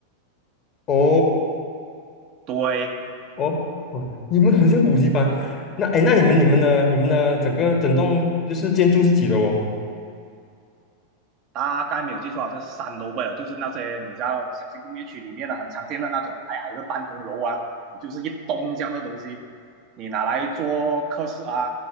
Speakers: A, on the left; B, on the right.
A: 哦
B: 对，
A: 哦哦，你们很像补习班。那哎，诶那你们你们的你们的整个整栋就是建筑是几楼哦？
B: 大概没有记错，好像是三楼吧，就是那些你知道小型工业区里面的很常见的那种矮矮的办公楼啊，你就是一栋这样的东西，你拿来做科室啊，